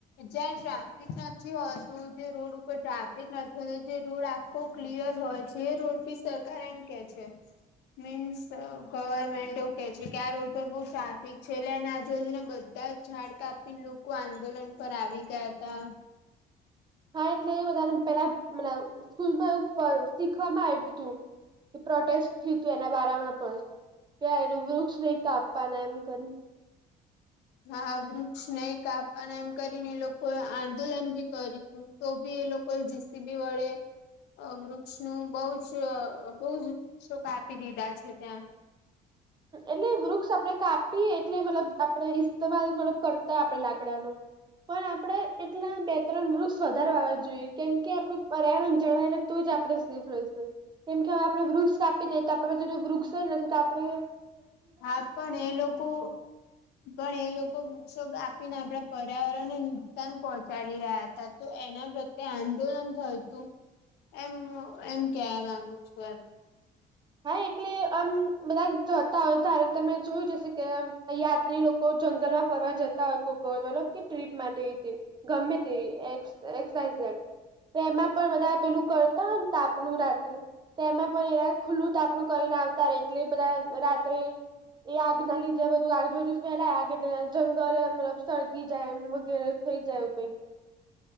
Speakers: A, on the left; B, on the right.
A: જ્યાં ટ્રાફિક નથી હોતું જે રોડ ઉપર ટ્રાફિક નથી જે રોડ આખો ક્લિયર હોય છે એ રોડથી સરકાર એમ કે છે. મીન્સ ગવર્મેન્ટ એવ કે છે કે આ રોડ પર બો ટ્રાફિક છે એટલે અને આજુબાજુના બધ બધા ઝાડ કાપીને લોકો આંદોલન પર આવી ગયા તા.
B: હા, એટલે એ બધા પેલા સ્કૂલમાં એવું <unintelligible> વામાં આવ્યું તું પ્રોટેસ્ટ થયું તું એના બારામાં પણ. <unintelligible> વૃક્ષની કાપ્પાના એમ કરી.
A: હા, વૃક્ષ નઈ કાપવાના એમ કરીને લોકોએ આંદોલન બી કર્યું હતું. તો બી એ લોકો જીસી બી વળે. વૃક્ષનું બોઉ જ બોજ વૃક્ષો કાપી દીધા છે ત્યાં.
B: એટલે વૃક્ષ આપણે કાપીએ એટલે મતલબ આપડે ઇસ્તેમાલ મતલબ કરતા આપડે લાકડાનું. પણ આપણેે એટલા બે ત્રણ વૃક્ષ વધારવા જોયએ કેમ કે આપડું પર્યાવરણ જળવાયરે. તો જ આપડે સેફ રહીશું કેમ કે હવે આપણે વૃક્ષ કાપી દઈએ તો વૃક્ષ જ નથી તો આપરે
A: હા, પણ એ લોકો પણ એ લોકો વૃક્ષો ગાપીને આપડા પર્યાવરણને નુકસાન પહોંચાડી રહ્યા હતા. તો એના પ્રત્યે આંદોલન થયું તું એમ એમ કેવા માંગુ છું એમ.
B: હા, એટલે આમ બધા જોતા હોય ઘારો કે તમે જોયું જશે કેમ યાત્રી લોકો જંગલમાં ફરવા જતા હોય કો મતલબ કે ટ્રીપ માટે તે. ગમ્મે તે એક્સ એક્સ વાય ઝેડ. તેમાં પણ બધા પેલું કરતા હોય ને તાપનું રાત્રે તેમાં પણ એ રા ખુલ્લું તાપણુ કરીને આવતા રે એટલે બધાં રાત્રે એ આગના લીધે બધું આજુબાજુ ફેલાય આગ એટલે જંગલ મતલબ સળગી જાય વગેરે થઈ જાય.